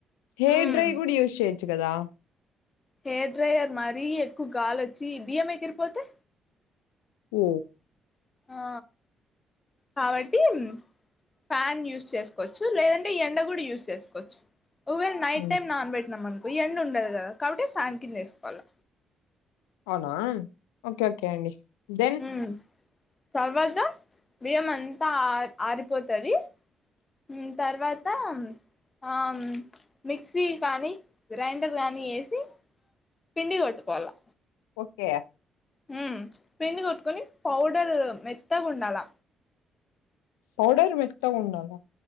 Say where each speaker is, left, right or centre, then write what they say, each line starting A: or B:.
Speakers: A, on the left (about 85°); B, on the left (about 30°).
A: హేర్
B: ఉమ్
A: డ్రై కూడా యూస్ చేయచ్చు కదా
B: హెయిర్ డ్రయర్ మరీ ఎక్కువ గాలుొచ్చి బియ్యం ఎగిరిపోతే
A: ఓ
B: ఆ కాబట్టిం ఫ్యాన్ యూస్ చేసుకోవచ్చు లేదంటే ఎండ కూడా యూస్ చేసుకోవచ్చు ఒకవేళ నైట్
A: హ్మ్
B: టైం నానబెట్టినాం అనుకో ఎండుండదు కదా కాబట్టి ఫ్యాన్ కింద ఏసుకోవాలా
A: అవునా ఓకే ఓకే అండి దెన్
B: ఉమ్ తర్వాత బియ్యం అంతా ఆ ఆరిపోతది మ్మ్ తర్వాత ఆమ్ మిక్సీ కానీ గ్రైండర్ కానీ ఏసి పిండి గోట్టుకోవాలా
A: ఓకే
B: మ్మ్ పిండి కొట్టుకొని పౌడర్ మెత్తగుండాలా
A: పౌడర్ మెత్తగుండాల